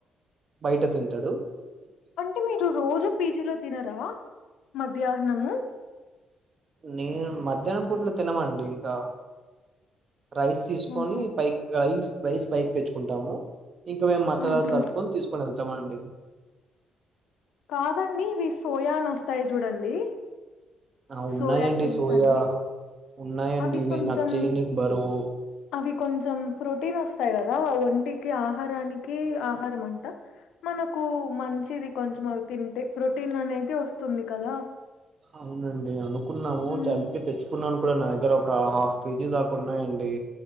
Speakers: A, on the right; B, on the left.
A: బయట తింటడు
B: అంటే మీరు రోజు పీజీలో తినరా మధ్యాహ్నము
A: నేను మధ్యానం పూట్ల తినమండి ఇంకా రైస్ తీసుకొని
B: ఓహో
A: పైకి రైస్ రైస్ పైకి తెచ్చుకుంటాము ఇంకా మేం మసాలాలు
B: ఉహు.
A: కలుపుకొని తీసుకోనెళ్తమండి
B: కాదండి ఇవి సోయా అని ఒస్తాయి జూడండి
A: ఆ ఉన్నాయండి
B: సోయాచెంగ్స్
A: సోయా
B: అని
A: ఉన్నాయండి
B: అవి కొంచం
A: నేను నాకు చేయనికి బరువు
B: అవి కొంచం ప్రోటీన్ వస్తాయి కదా ఒంటికి ఆహారానికి ఆహారం అంట మనకు మంచిది కొంచెం అవి తింటే ప్రోటీన్ అనేది వస్తుంది కదా.
A: అవునండి అనుకున్నము
B: ఉమ్
A: చలికి తెచ్చుకున్నాను. కుడా నా దగ్గర ఒక హాఫ్ కేజీ దాకా ఉన్నాయండి